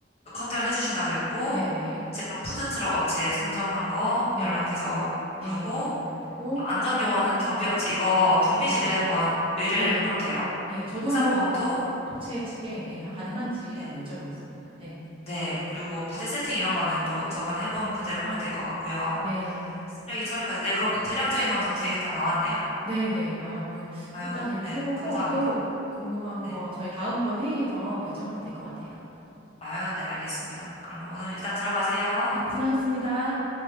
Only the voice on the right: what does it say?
네네,
네,
예, 알아봐야 되고,
네,
예,
예, 저도
한번 그 업체 측에, 예, 가능한지
한번 여쭤보겠습니다. 네,
네,
네네. 아, 오늘
일단 이렇게
해보고
또 궁금한
거 저희 다음번 회의에서 결정하면 될 것 같아요.
예, 고생하셨습니다.